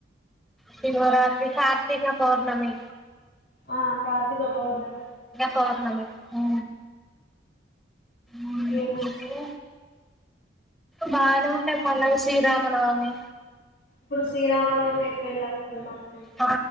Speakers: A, in the centre; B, on the left (about 55°).
A: శివరాత్రి కార్తిక పౌర్ణమి
B: ఆ కార్తీక పౌర్ణమి
A: సార్ల మీ ఆ ఉ
B: ఇంకేమన్నా
A: కిత్తే బానె ఉంటది పండగ శ్రీరామనమి.
B: ఇప్పుడు శ్రీరామనవమి ఏప్రిల్ల వస్తది మనకి.
A: ఆ